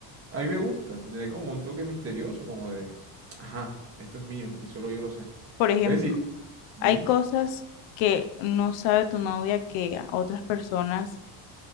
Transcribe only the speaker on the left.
Por ejemplo,
hay cosas que no sabe tu novia que otras personas